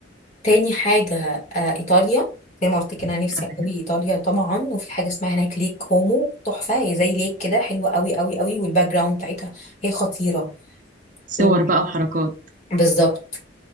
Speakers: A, on the left (about 40°); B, on the right (about 45°).
A: تاني حاجه آه ايطاليا زي ما قلت كده انا نفسي
B: تمام
A: قوي ايطاليا طبعا وفي حاجه اسمها هناك ليك كومو تحفه هي زي ليك كده حلوه قوي قوي قوي والباك جراوند بتاعتها هي خطيره
B: صور
A: و-
B: بقى وحركات
A: بالظبط